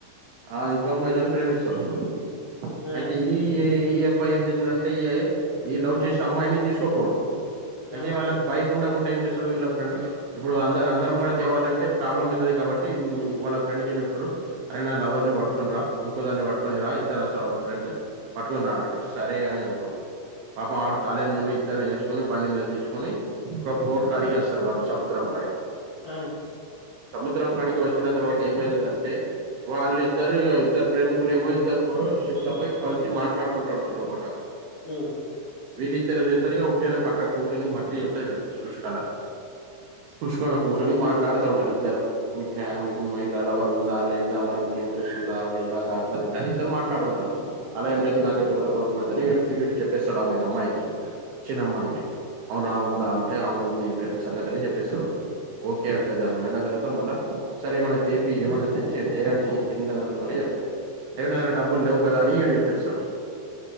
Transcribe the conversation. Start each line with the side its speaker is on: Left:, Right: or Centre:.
Right: ఆ ఇంకో అమ్మాయి తోని ప్రేమిస్తడు వాడు
Left: ఆ
Right: అయితే ఈ ఏ మ్ అబ్బాయి ఏం చేస్తారంటే ఈ లవ్ చేసిన అమ్మాయిని తీసుకోపోడు అయితే
Left: ఆహా
Right: వాళ్ళకి బైక్ ఉండ ఐతే ఏం చేస్తాడు వీళ్ళ ఫ్రెండ్ ఇప్పుడు అందరు అందరం ముందు తేవాలంటే ప్రాబ్లం అవుతుది కాబట్టి వాళ్ళ ఫ్రెండ్కి ఏం చెప్తడు అరే నా లవర్ ని పట్టుకుని రా ఇంకో దాన్ని పట్టుకొని రా ఇద్దరు వస్తారు వాళ్ళ ఫ్రెండ్స్ పట్టుకు రా సరే అని అంటరు పాప ఆడు కాలేజీ నుండి ఇద్దరుని వేసుకొని బండి మీద తీసుకొని ఒక బోట్ కాడికి వస్తారు వాళ్ళు సముద్రం కాడికి
Left: ఆ
Right: సముద్రం కాడికి వచ్చిన తర్వాత ఏమైతది అంటే వాళ్ళ ఇద్దరు ఇద్దరు ప్రేమికులు ఏమో ఇద్దరు షిప్ లో పో కలిసి మాట్లాడుకుంటు లోపట
Left: అ
Right: వీళ్ళి ఇద్దరు ఏం చేస్తారు ఇక ఉట్టేనా పక్కన కూర్చొని మట్టి ఉంటాయి కదా శుష్కాల శుషాక్క కూర్చొని మాట్లాడుతూ ఉంటారు ఇద్దరు మీకు లవర్ ఉందా లేదా మరి మీకు ఇంట్రెస్ట్ ఉందా లేదా దాంట్లో తింట అని ఇద్దరు మాట్లాడుకుంటారు అలా ఏం లేదు నాకైతే ఒక లవర్ ఉన్నదని వీడు చెప్పేస్తాడు ఆమె కీ అమ్మాయికి చిన్న అమ్మాయికి అవునా ఉందా అంటే అవును ఇట్లా సంగతి అని చెప్పేస్తాడు ఓకే అంటది ఆమె అయిన తర్వాత మళ్ళా సరేమన తెప్పి ఏమన్న తెచ్చేది దే అంది తింద అనుకుని చెప్తది ఏడున్నాయి రా డబ్బులు లేవు కదా అని వీడు చెప్పేస్తాడు